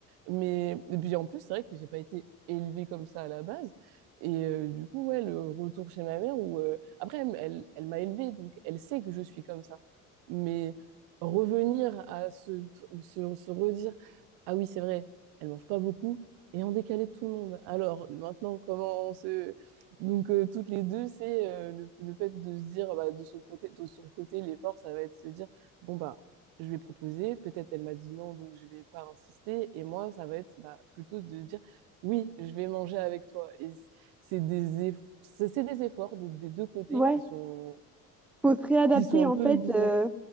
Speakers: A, on the right; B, in the centre.
A: Mais et puis en plus, c'est vrai que j'ai pas été élevée comme ça à la base. Et euh, du coup, ouais, le retour chez ma mère où euh, après elle, elle, elle m'a élevée, donc elle sait que je suis comme ça. Mais revenir à se, se, se redire, ah oui, c'est vrai, elle mange pas beaucoup et en décalé de tout le monde. Alors maintenant, comment on se donc euh, toutes les deux, c'est euh, le, le fait de se dire bah, de son côté, de son côté, l'effort, ça va être de se dire bon bah je lui ai proposé, peut-être elle m'a dit non, donc je vais pas insister. Et moi, ça va être bah, plutôt de dire oui, je vais manger avec toi. Et c'est des, eff c'est c'est des efforts des, des deux côtés
B: Ouais.
A: qui sont,
B: Faut se réadapter
A: qui sont un
B: en
A: peu
B: fait,
A: bizarres.
B: euh,